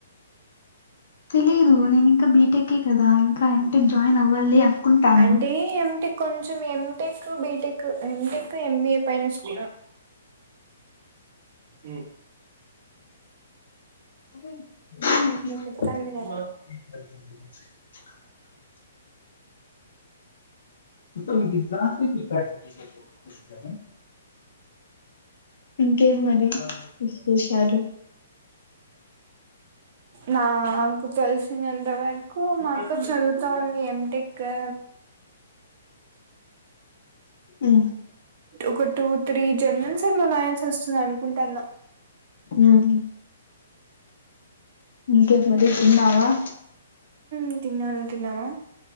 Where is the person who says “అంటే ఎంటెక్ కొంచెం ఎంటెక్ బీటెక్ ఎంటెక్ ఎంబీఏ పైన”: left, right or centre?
Right